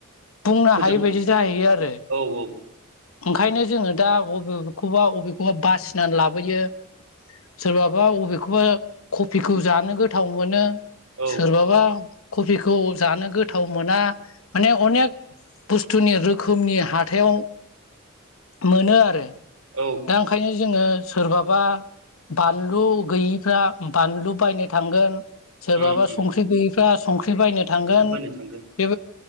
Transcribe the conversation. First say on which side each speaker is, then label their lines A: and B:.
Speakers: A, on the left (about 75°); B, on the right (about 80°).
A: बुंनो
B: फोजोब
A: हायि बायदि जाहैयो आरो
B: औ औ
A: ओंखायनो जोङो दा बबेखौबा बबेखौबा बासिनानै लाबोयो सोरबाबा अबेखौबा कफिखौ जानो गोथाव मोनो
B: औ
A: सोरबाबा कफिखौ जानो गोथाव मोना माने अनेक बुस्थुनि रोखोमनि हाथाइयाव मोनो आरो
B: औ
A: दा ओंखायनो जोङो सोरबाबा बानलु गैयिफ्रा बानलु बायनो थांगोन सोरबाबा
B: उम उम
A: संख्रि गैयिफ्रा संख्रि बायनो थांगोन
B: जोंथ' बायनो थांगोन
A: बे